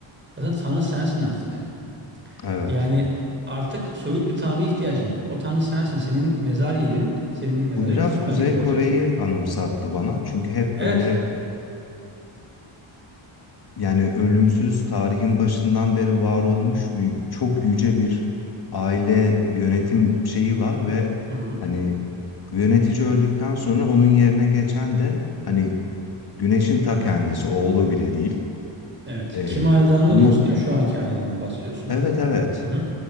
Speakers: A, on the right (about 20°); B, on the left (about 50°).
A: zaten Tanrı sensin artık.
B: Evet.
A: Yani artık soyut bir Tanrı'ya ihtiyacım yok. O Tanrı sensin. Senin mezar yerin, senin mezarın
B: Bu biraz
A: kült
B: Kuzey
A: merkezi olacak.
B: Kore'yi anımsattı bana. Çünkü hep
A: Evet.
B: böyle Yani ölümsüz tarihin başından beri var olmuş bir, çok yüce bir aile yönetim şeyi var ve
A: Hı hı.
B: hani yönetici öldükten sonra onun yerine geçen de hani güneşin ta kendisi oğlu bile değil.
A: Evet.
B: Ee,
A: Kim hanedanını
B: bunu
A: diyorsun değil mi? Şu anki hanedandan bahsediyorsun.
B: evet evet
A: Hı hı.